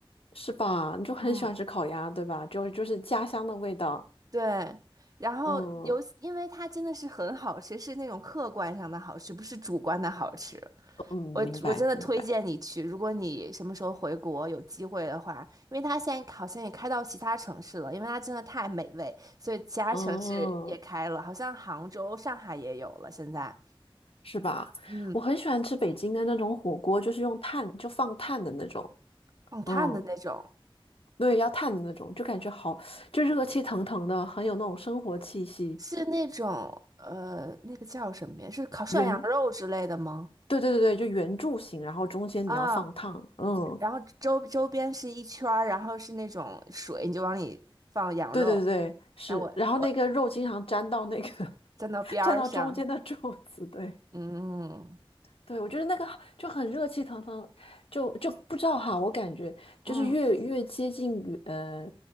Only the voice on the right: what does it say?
嗯，
对。然后尤其因为它真的是很好吃，
是那种客观上的好吃，不是主观的好吃。
我我真的推荐你去，
如果你什么时候回国有机会的话，因为它现在好像也开到其他城市了，因为它真的太美味，所以其他城市也开了，
好像杭州、上海也有了现在，
嗯，
放炭的那种。
是那种呃，那个叫什么呀？是烤涮羊肉之类的吗？
啊，
然后周周边是一圈儿，然后是那种水，你就往里放羊肉。
然后我我
站到边儿上，
嗯
嗯